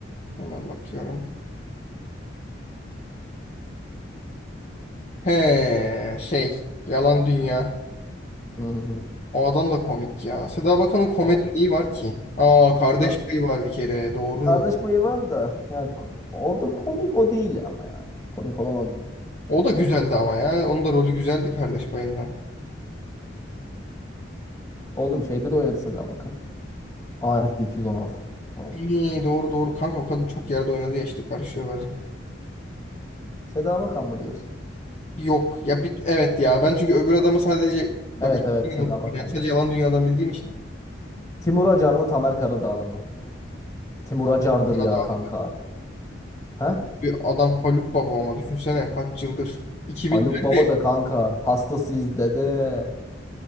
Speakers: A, on the left; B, on the left.
A: Hemen bakıyorum. He şey Yalan Dünya.
B: Hı hı.
A: O adam da komik ya. Seda Bakan'ın komedi
B: O-
A: neyi var ki? Aa Kardeş
B: Ka-
A: Payı var bir kere doğru.
B: kardeş payı var da yani ko- orada komik o değil ama yani. Komik olan o değil.
A: O da güzeldi ama ya. Onun da rolü güzeldi Kardeş Payı'nda.
B: Oğlum şeyde de oynadı Seda Bakan. Arif 216 falan.
A: İyi, doğru doğru kanka o kadın çok yerde oynadı ya işte karışıyor bazen.
B: Seda Bakan mı diyorsun?
A: Yok ya bir, evet ya ben çünkü öbür adamı sadece bak
B: Evet evet
A: yine
B: Seda
A: unuttum
B: Bakan.
A: ya. sadece
B: ya.
A: yalan dünyadan bildiğim için.
B: Timur Acar mı Tamer Karadağlı mı? Timur Acar'dır ya
A: Ya da
B: kanka.
A: abi
B: He?
A: adam Haluk Baba ama düşünsene kaç yıldır 2004'te
B: Haluk Baba da kanka. Hastasıyız dede.